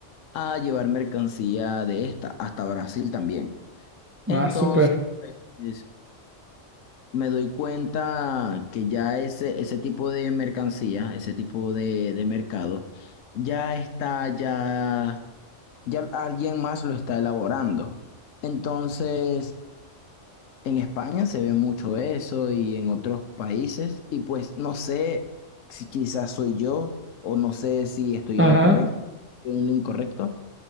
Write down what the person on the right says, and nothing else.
Ah, súper.
Ajá.